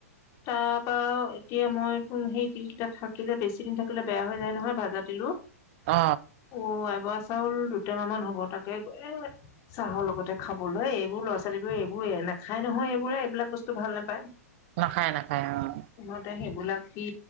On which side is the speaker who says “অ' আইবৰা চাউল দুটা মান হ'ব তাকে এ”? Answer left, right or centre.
Left